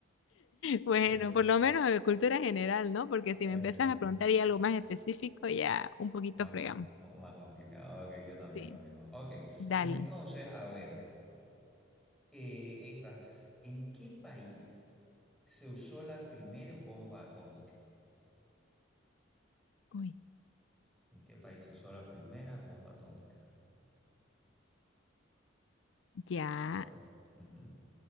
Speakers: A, on the left; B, in the centre.
A: Bueno,
B: Pero,
A: por lo menos de cultura general, ¿no? Porque si
B: ajá.
A: me empiezas a preguntar y algo más específico, ya un poquito
B: Más,
A: fregamos.
B: mo- más complicado, ok, yo también
A: Sí.
B: lo mismo. Ok,
A: Dale.
B: entonces, a ver, eh, estas, ¿en qué país se usó la primera bomba atómica?
A: Uy.
B: ¿En qué país se usó la primera bomba atómica?
A: Ya.
B: ¿De acuerdo? Ujú,